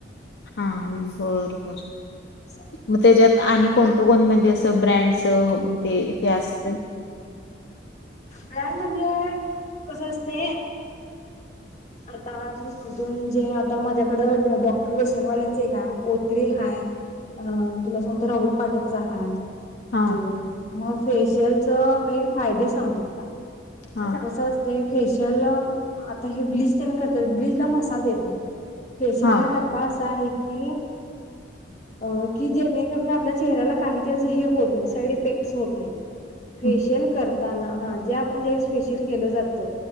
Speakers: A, on the left (about 60°); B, on the left (about 40°).
A: हां, बर बर.
B: असं हाय.
A: म त्याच्यात आणि कोणतं कोण म्हणजे असं ब्रँडचं ते हे असतंय?
B: ब्रँड म्हणजे कस असतय, आता तु न जे आता माझ्याकडं डॉक्टर रशियनवाल्यांचे एक हाय, ओत्री हाय अ तुला सांगतो राहुल पाठकच हाय
A: हां
B: तेन. मग फेशियलच मेन फायदे सांगतो तुला.
A: हां
B: तसच ते फेशियल आता हे ब्लच तेन करत्यात ब्लच ला मसाज येत नाही. फेशयल
A: हां
B: हा टप्पा असा आहे की अ की जेणेकरून आपल्या चेहऱ्याला काही हे होत नाही, साईड इफेक्टस होत नाहीत.
A: <inaudible>
B: फेशियल करताना हा जे आपण ज्या वेळीस फेशियल केल जात,